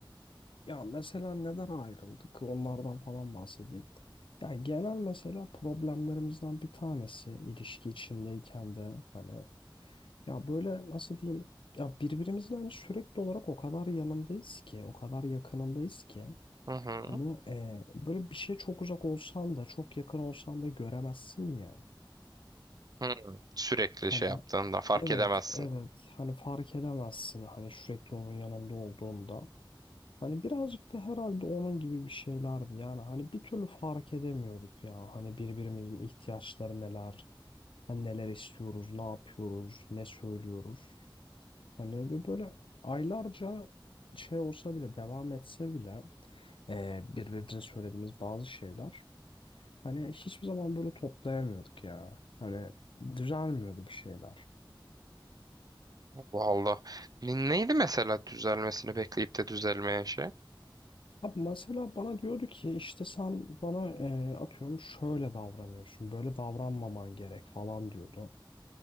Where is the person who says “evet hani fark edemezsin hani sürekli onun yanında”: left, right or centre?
Left